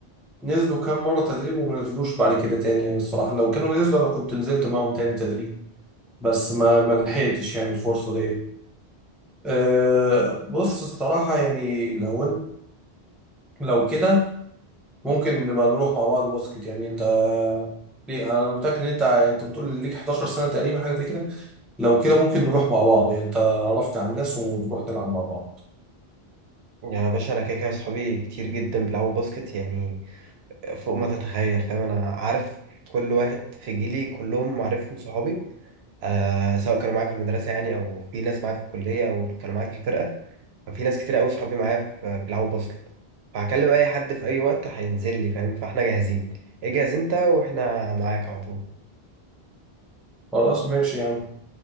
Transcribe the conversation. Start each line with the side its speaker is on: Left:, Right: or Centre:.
Centre: نزلوا كام مره تدريب وما نزلوش بعد كده تاني يعني الصراحه لو كانوا نزلوا انا كنت نزلت معاهم تاني تدريب بس ما ما لحقتش يعني الفرصه دي أه بص الصراحه يعني لو إن- لو كده ممكن نبقى نروح مع بعض باسكت يعني انت ليه انا متاكد ان انت يعني انت بتقول ليك 11 سنه تقريبا حاجه زي كده لو كده ممكن نروح مع بعض يعني انت عرفت على الناس ونروح نلعب مع بعض
Right: يعني يا باشا أنا كده كده صحابي كتير جدا بيلعبوا باسكت يعني فوق ما تتخيل فاهم أنا عارف كل واحد في جيلي كلهم معرفهم صحابي آه سواء كانوا معايا في المدرسة يعني أو في ناس معايا في الكلية أو كانوا معايا في الفرقة في ناس كتير قوي صحابي معايا في بيلعبوا باسكت فهكلم اي حد في اي وقت هينزل لي فاهم فاحنا جاهزين اجهز انت واحنا معاك على طول
Centre: خلاص ماشي يا عم